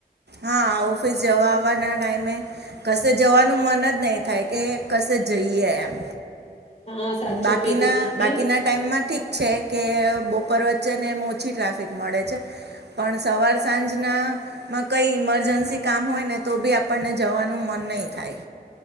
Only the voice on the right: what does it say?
હા ઓફિસ જવા વાના ટાઈમે કસે જવાનું મન જ નહીં થાય કે કશે જઈએ એમ
બાકીના
બાકીના ટાઈમમાં ઠીક છે. કે બપોર વચ્ચેને એમ ઓછી ટ્રાફિક મળે છે પણ સવાર સાંજના માં કંઈ ઈમરજન્સી કામ હોય ને તો બી આપણને જવાનું મન નય થાય.